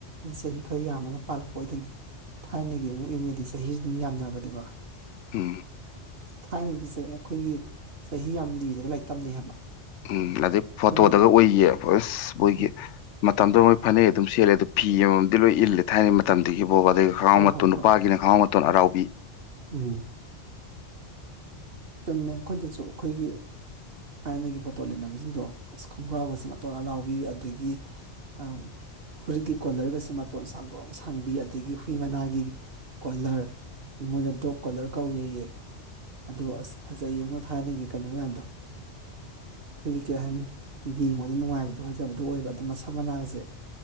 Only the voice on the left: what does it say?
ꯎꯝ
ꯎꯝ ꯑꯗꯨꯗꯩ
ꯐꯣꯇꯣꯗꯒ
ꯑꯣꯏꯌꯦ ꯑꯁ ꯃꯣꯏꯒꯤ
ꯃꯇꯝꯗꯣ ꯃꯣꯏ ꯐꯅꯦꯛ ꯑꯗꯨꯝ ꯁꯦꯠꯂꯦ ꯑ ꯑꯗꯨ ꯐꯤ ꯑꯃꯃꯝ ꯂꯣꯏ ꯏꯜꯂꯦ ꯊꯥꯏꯅꯩ ꯃꯇꯝꯗꯨꯒꯤ ꯕꯣꯕ ꯑꯗꯨꯒ ꯈꯪꯉꯥꯎ
ꯃꯇꯣꯟ
ꯅꯨꯄꯥꯒꯤꯅ
ꯈꯪꯉꯥꯎ ꯃꯇꯣꯟ ꯑꯔꯥꯎꯕꯤ